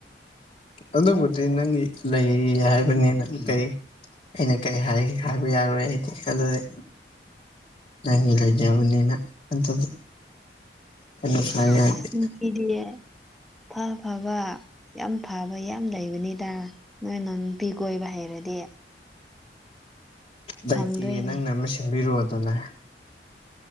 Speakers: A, on the left; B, in the centre.
A: ꯑꯗꯨꯕꯨꯗꯤ ꯅꯪꯒꯤ ꯂꯩꯔꯤ ꯍꯥꯏꯕꯅꯤꯅ ꯀꯩ ꯑꯩꯅ ꯀꯩ ꯍꯥꯏ ꯍꯥꯏꯕ ꯌꯥꯔꯣꯏ ꯑꯩꯗꯤ ꯑꯗꯨꯗꯤ ꯅꯪꯒꯤ ꯂꯩꯖꯕꯅꯤꯅ ꯑꯗꯨꯗꯤ ꯀꯩꯅꯣ
B: <unintelligible>
A: ꯁꯥꯏ ꯌꯥꯗꯦ
B: ꯐꯥ ꯐꯕ ꯌꯥꯝ ꯐꯕ ꯌꯥꯝ ꯂꯩꯕꯅꯤꯗ ꯅꯣꯏ ꯅꯨꯄꯤ ꯀꯣꯏꯕ ꯍꯩꯔꯗꯤ
A: ꯂꯩꯇꯦ
B: ꯐꯪꯗꯣꯏꯅꯦ
A: ꯅꯪꯅ ꯑꯃ ꯁꯦꯝꯕꯤꯔꯣꯗꯅ